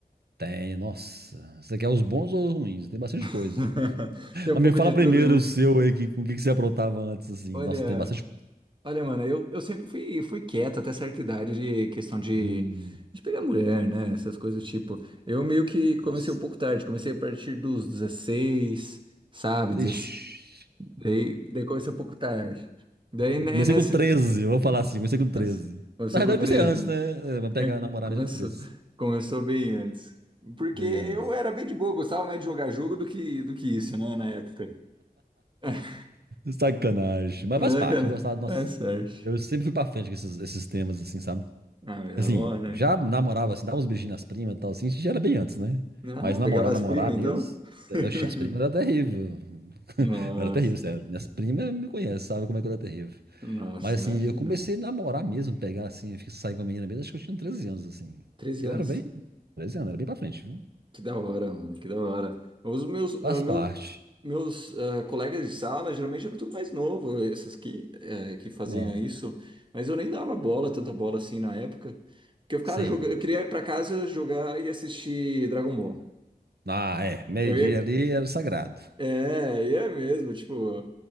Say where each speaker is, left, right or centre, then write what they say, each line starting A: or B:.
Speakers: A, on the right (about 85°); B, on the right (about 30°).
A: Tem, nossa. Você quer os bons ou os ruins? Tem bastante
B: <laughs>
A: coisa. <laughs>
B: Tem
A: Mas
B: um pouco
A: me fala
B: de
A: primeiro
B: tudo, né?
A: o seu aí, que, o que que você aprontava antes, assim.
B: Olha,
A: Nossa, tem bastante coisa.
B: Olha, mano, eu, eu sempre fui, fui quieto até certa idade de questão de,
A: Hum,
B: de pegar mulher, né? Essas coisas do tipo. Eu meio que comecei
A: nossa.
B: um pouco tarde, comecei a partir dos 16, sabe? 16,
A: Ixi.
B: daí, daí comecei um pouco tarde. Daí,
A: Eu
B: né,
A: comecei
B: nessa.
A: com 13. eu vou falar assim, comecei com
B: Nossa,
A: treze.
B: começou
A: Na verdade,
B: com
A: eu
B: 13.
A: comecei antes, né? É, Vai pegar
B: É,
A: namorar
B: começou.
A: mesmo com 13.
B: Começou bem antes. Porque
A: Bem
B: eu
A: antes.
B: era bem de boa, gostava mais de jogar jogo do que, do que isso, né, na época. <laughs>
A: Sacanagem. Mas
B: Mas,
A: faz parte,
B: cara,
A: eu gostava, nossa.
B: é sorte.
A: Eu sempre fui pra frente com esses, esses temas, assim, sabe?
B: Ah, mas tá
A: Assim,
B: bom, né?
A: já namorava, assim, dava uns beijinhos nas primas e tal, assim, isso já era bem antes, né?
B: Ah,
A: Mas namorar,
B: pegava
A: namorar
B: as primas então?
A: mesmo,
B: <laughs>
A: eu, oxe, as primas era terrível.
B: Nossa,
A: <laughs> Eu era terrível, sério. Minhas primas me conhecem, sabem como é que eu era terrível.
B: nossa,
A: Mas
B: imagina.
A: assim, eu comecei a namorar mesmo, pegar assim, fi- sair com a menina mesmo, acho que eu tinha 13 anos, assim.
B: 13
A: Eu
B: anos.
A: era bem, 13 anos, era bem pra frente, viu?
B: Que da hora, mano, que da hora. Os meus,
A: Faz
B: ah, meu-
A: parte.
B: meus, ah, colegas de sala geralmente eram tudo mais novo, esses que, eh, que faziam
A: Não,
B: isso, mas eu nem dava bola, tanta bola assim na época, porque eu ficava
A: sim.
B: jogando, eu queria ir pra casa jogar e assistir Dragon Ball.
A: Ah, é, meio-dia
B: Eu ia,
A: ali era sagrado.
B: é, ia mesmo, tipo,